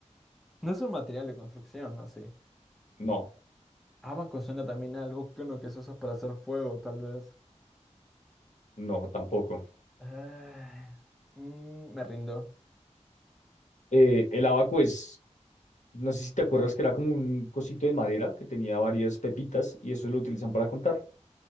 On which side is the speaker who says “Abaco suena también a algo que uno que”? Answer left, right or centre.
Centre